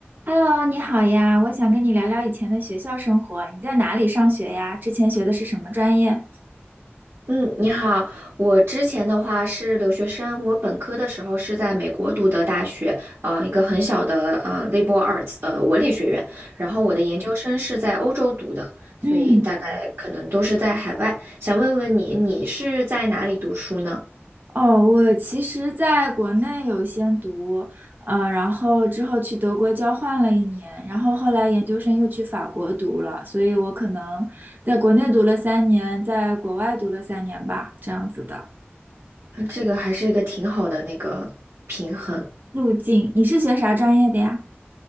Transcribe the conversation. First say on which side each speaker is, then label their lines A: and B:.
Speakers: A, on the right; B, on the right.
A: Hello，你好呀，我想跟你聊聊以前的学校生活。你在哪里上学呀？之前学的是什么专业？
B: 嗯，你好。我之前的话是留学生，我本科的时候是在美国读的大学，呃，一个很小的呃 liberal arts 呃文理学院。然后我的研究生是在欧洲读的，所以大概可能都是在海外。
A: 嗯，
B: 想问问你，你是在哪里读书呢？
A: 哦，我其实在国内有先读，呃，然后之后去德国交换了一年，然后后来研究生又去法国读了，所以我可能在国内读了三年，在国外读了三年吧，这样子的
B: 啊这个还是一个挺好的那个平衡。
A: 路径。你是学啥专业的呀？